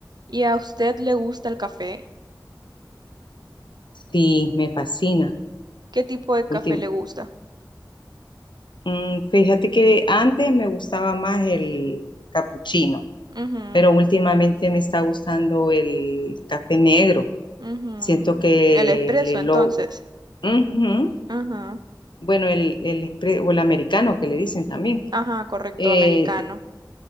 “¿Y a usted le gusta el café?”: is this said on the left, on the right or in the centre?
Right